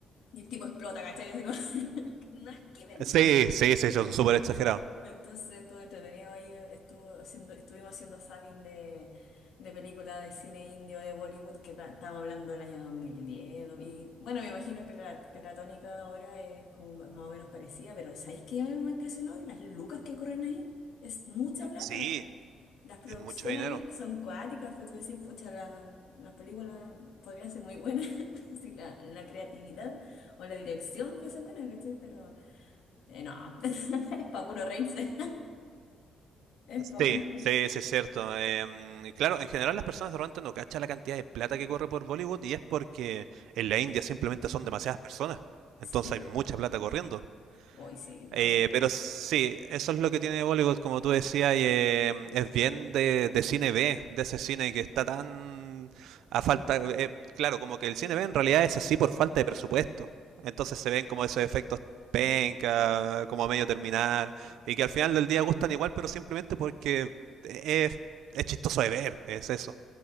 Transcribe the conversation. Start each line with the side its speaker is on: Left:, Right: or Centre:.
Left: y el tipo explota, ¿cachai? Así como, <laughs> nada que ver.
Right: Sí, sí, sí, eso es súper exagerado.
Left: Entonces estuvo entretenido ahí, estuvo haciendo, estuvimos haciendo zapping de, de películas de cine indio de Bollywood que ta- estábamos hablando del año 2010. do- Y bueno, me imagino que la, que la tónica ahora es como más o menos parecida, pero ¿sabéis qué me, me impresionó? Las lucas que corren ahí. Es mucha plata.
Right: Sí,
Left: Las producciones
Right: es mucho dinero.
Left: son cuáticas, pero tú decís, pucha, la- las películas podrían ser muy buenas <laughs> si la, la creatividad o la dirección fuese buena, ¿cachai? Pero eh, no, <laughs> es para puro reírse. Es para
Right: Sí,
Left: una de esas.
Right: sí, sí, es cierto. Em, claro, en general las personas de repente no cachan la cantidad de plata que corre por Bollywood y es porque en la India simplemente son demasiadas personas.
Left: Sí,
Right: Entonces hay
Left: pues
Right: mucha
Left: sí.
Right: plata corriendo.
Left: Hoy sí, no,
Right: Eh,
Left: hay-
Right: pero sí, eso es lo que tiene Bollywood, como tú decías, y eh, es bien de, de cine B, de ese cine que está tan a falta... eh, claro, como que el cine B en realidad es así por falta de presupuesto. Entonces se ven como esos efectos penca, como a medio terminar, y que al final del día gustan igual, pero simplemente porque es, es chistoso de ver, es eso.